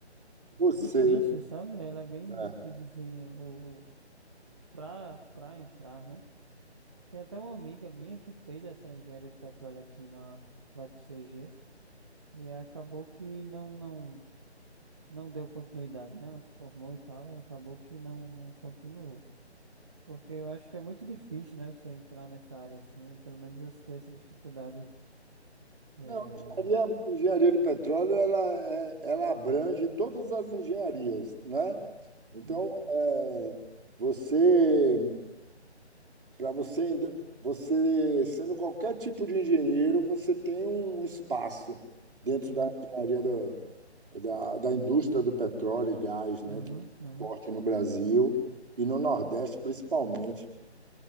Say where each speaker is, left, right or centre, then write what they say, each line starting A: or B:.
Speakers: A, on the right (about 50°); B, on the right (about 25°).
A: Você,
B: difícil, sabe? Ela é bem
A: né?
B: difícil, assim, o... o- Pra, pra entrar, né? Tem até uma amiga minha que fez essa engenharia de petróleo aqui na UFCG e acabou que não, não, não deu continuidade, né? Ela se formou e tal e acabou que não, não continuou. Porque eu acho que é muito difícil, né? Você entrar nessa área assim. eu- pelo menos eu senti essa dificuldade. É...
A: Não, engenharia, engenharia de petróleo, ela, é- ela abrange todas as engenharias, né? Então,
B: Hum,
A: é, você, para você, você sendo qualquer tipo de engenheiro, você tem um espaço dentro
B: sim.
A: da engenharia do- da, da indústria do petróleo e gás, né?
B: Uhum,
A: Que é
B: uhum.
A: forte no Brasil e no Nordeste, principalmente.